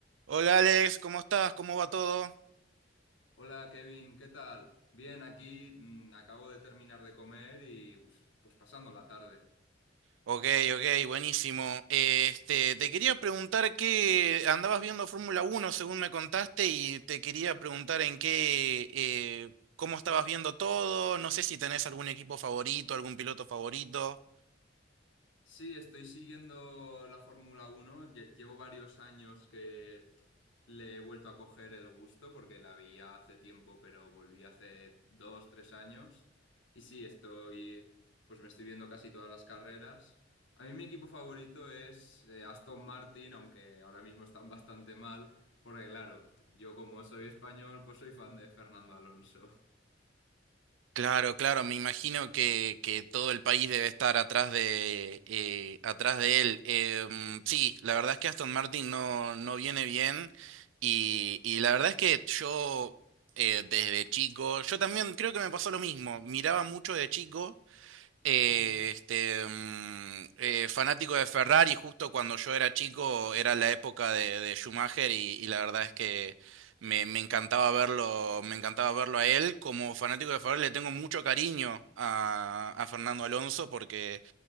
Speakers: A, on the right; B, on the left.
A: Hola Alex, ¿cómo estás? ¿Cómo va todo?
B: Hola Kevin, ¿qué tal? Bien, aquí mm, acabo de terminar de comer y pues, pues pasando la tarde.
A: Ok, ok, buenísimo. Eh, Este, te quería preguntar que andabas viendo Fórmula Uno, según me contaste y te quería preguntar en qué, eh, cómo estabas viendo todo. No sé si tenés algún equipo favorito, algún piloto favorito.
B: Sí, estoy siguiendo la Fórmula Uno. Lle- Llevo varios años que le he vuelto a coger el gusto porque la veía hace tiempo, pero volví hace dos, tres años. Y sí, estoy, pues me estoy viendo casi todas las carreras. A mí mi equipo favorito es eh, Aston Martin, aunque ahora mismo están bastante mal, porque claro, yo como soy español, pues soy fan de Fernando Alonso.
A: Claro, claro, me imagino que, que todo el país debe estar atrás de, eh, atrás de él. Em, sí, la verdad es que Aston Martin no, no viene bien y, y la verdad es que yo eh, desde chico, yo también creo que me pasó lo mismo, miraba mucho de chico eh,
B: Mm.
A: este, mm, eh, fanático de Ferrari, justo cuando yo era chico era la época de, de Schumacher y, y la verdad es que me, me encantaba verlo, me encantaba verlo a él. Como fanático de Ferrari le tengo mucho cariño a, a Fernando Alonso porque